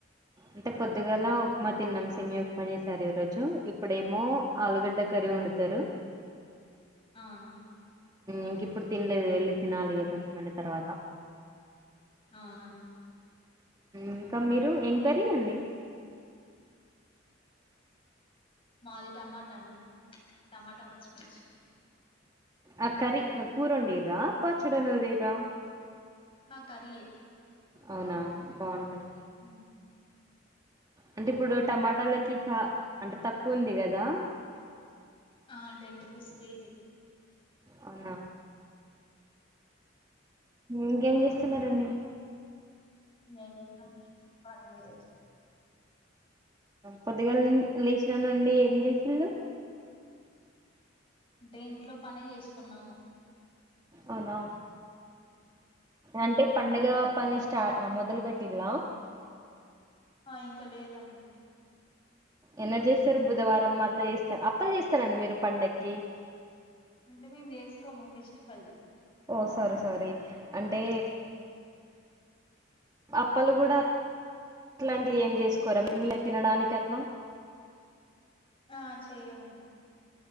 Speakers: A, on the right; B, on the left.
A: అంటే పొద్దుగాలా ఉప్మా తిన్నాం సమి ఉప్మా చేసారు ఈ రోజు ఇప్పుడేమో ఆలుగడ్డ కర్రీ వండుతారు
B: అవునాను
A: ఇంక ఇప్పుడు తినలేదు వెళ్ళి తినాలి కొంచెం మన్న తర్వాత
B: అవునా
A: ఇంకా మీరు ఎంక్వరీ అండి
B: మాది టమాటా అండి టమాటా పచ్చిమిర్చి
A: ఆ కరి కూరండీరా పాచుడనూరరా
B: హా కే
A: అవునా బాగుంటాయి
B: హ
A: అంటే ఇప్పుడు టమాటాలకి చ అంటే తక్కువ ఉంది కదా
B: ఆ టెన్ రూపీస్ కేజీ
A: అవునా ఇంకేం చేస్త చిన్న రండి
B: నం లే ప మీదే
A: పొద్దిగాల లేసినాను నుండి ఏం చేసళు
B: అంటే ఇంట్లో పనే చేసుకున్నాము
A: అవునా అంటే పండుగ పని స్ మొదలు పెెట్లా
B: ఆ ఇంకా లేదండి
A: ఎన్న చేస్తారు బుధవారం మరలా వేస్ అప్పలు చేస్తారండి మీరు పండక్కి
B: అంటే మేము చేసుకోము ఫెస్టివల్
A: ఓ సారీ సారీ అంటే, అప్పలు కూడా అలాంటివి ఏం చేసుకోరా మిమ్ని తినడానికి అట్లా
B: ఆ చెయమండి